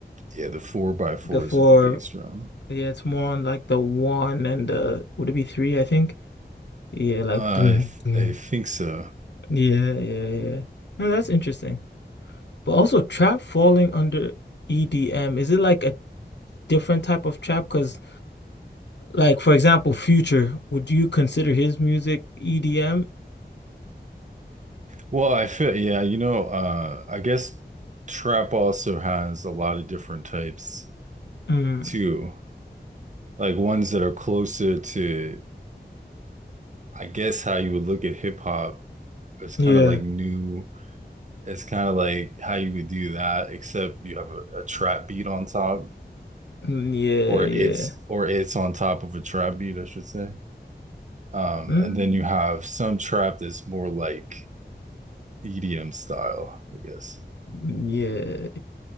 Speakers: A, on the right; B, on the left.
A: yeah, the four by fours
B: The four,
A: with the bass drum.
B: yeah, it's more on like the one and the would it be three, I think? Yeah, like
A: Uh,
B: boom,
A: I th-
B: boom.
A: I think so.
B: Yeah, yeah, yeah. No, that's interesting. But also trap falling under EDM, is it like a different type of trap? Because like for example, Future, would you consider his music EDM?
A: Well, I feel yeah, you know, uh I guess trap also has a lot of different types
B: Mm,
A: too. Like ones that are closer to I guess how you would look at hip hop it's
B: yeah.
A: kind of like new. It's kind of like how you would do that, except you have a, a trap beat on top,
B: Mm, Yeah,
A: or
B: yeah.
A: it's or it's on top of a trap beat, I should say. Um,
B: Mm,
A: and then you have some trap that's more like EDM style, I guess.
B: yeah.